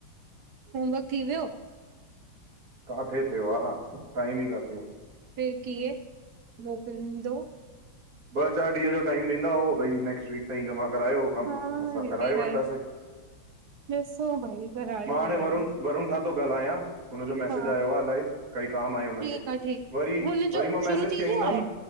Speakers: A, on the right; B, on the right.
A: होमवर्क थी वियो?
B: काथे थियो आ, टाइम ई काने।
A: फिर कीअं मोकिलींदो?
B: चार ॾींहं जो टाइम ॾींदा हो, भई नैक्स्ट वीक ताईं जमा करायो कमु,
A: हा
B: असां
A: हे
B: कराए
A: बि आहे
B: वठंदासीं।
A: ॾिसो भई करायो
B: मां हाणे
A: करायो
B: वरुण, वरुण खां थो ॻाल्हायां, हुनजो मैसेज
A: हा
B: आयो आहे, अलाहे कई काम आहे हुनखे,
A: ठीकु आहे ठीकु
B: वरी
A: हुनजो
B: वरी मां
A: शुरू
B: मैसेज
A: थी
B: कंदुमि,
A: वियो आहे